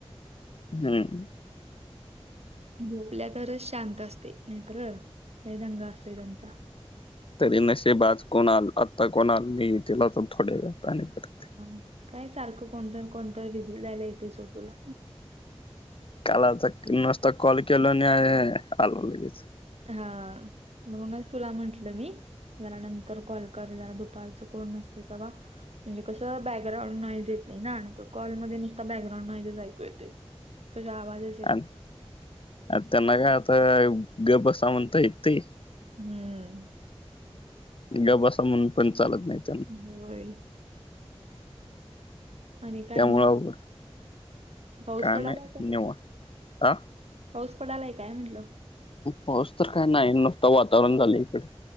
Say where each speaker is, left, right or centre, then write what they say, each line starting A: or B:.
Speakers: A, on the left (about 55°); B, on the right (about 75°).
A: हम्म
B: झोपल्या तरच शांत असतय. नायतर लय दंगा असतोय त्यांचा
A: तरी नशिब आज कोण आ आता कोण आल नाहीये येतील आता थोडया वेळात आणि परत
B: हं, काय सारखं कोणता न कोणता विजीट <unintelligible> येते सोड तुला
A: काल आमचा नुसता कॉल केलो नी आलो लगेच
B: हा म्हणूनच तुला म्हंटलं मी झाला नंतर कॉल कर जरा दुपारचं कोण नसते तवा म्हणजे कसं बॅकग्राउंड नोईज येत नाही ना आणि तो कॉलमध्ये नुसता बॅकग्राऊंड नोईजच ऐकू येतोय. ग गावाला
A: आणि त्यांना का आता ग बसा म्हणता येता येतंय
B: हम्म
A: गप बसा म्हणून पण चालत नाहीत.
B: होय आणि काय
A: त्यामुळं
B: मग
A: अवघड
B: पाऊस
A: काय
B: पडालाय
A: नाही
B: का
A: निवांत.
B: पाऊस पडालाय काय म्हटलं.
A: पाऊस तर काय नाही नुसत वातावरण झालं इकडे